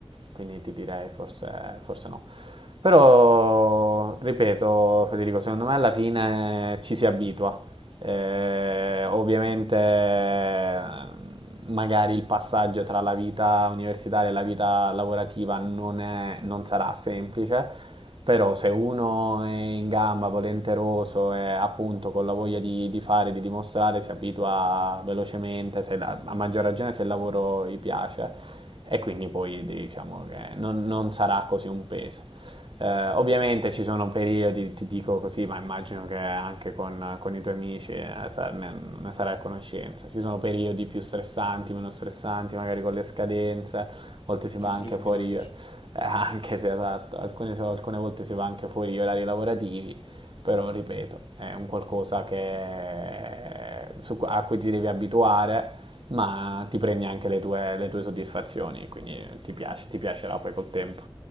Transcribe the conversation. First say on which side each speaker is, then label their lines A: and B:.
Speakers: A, on the right; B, on the left.
A: quindi ti direi forse, forse no. Però, ripeto, Federico, secondo me alla fine ci si abitua. Eh, ovviamente magari il passaggio tra la vita universitaria e la vita lavorativa non, è- non sarà semplice, però se uno è in gamba, volenteroso e appunto con la voglia di, di fare, di dimostrare, si abitua velocemente, se la- a maggior ragione se il lavoro gli piace e quindi poi diciamo che non non sarà così un peso. Eh, ovviamente
B: ok.
A: ci sono periodi, ti dico così, ma immagino che anche con, con i tuoi amici eh, sa- ne, ne sarai a conoscenza. Ci sono periodi più stressanti, meno stressanti, magari con le scadenze, a volte si
B: Chiusura
A: va anche
B: di
A: fuori,
B: bilancio.
A: eh, anche se esatto, alcune, alcune volte si va anche fuori gli orari lavorativi, però ripeto, è un qualcosa che, su- a cui ti devi abituare, ma ti prendi anche le tue, le tue soddisfazioni, quindi ti piace, ti piacerà poi col tempo.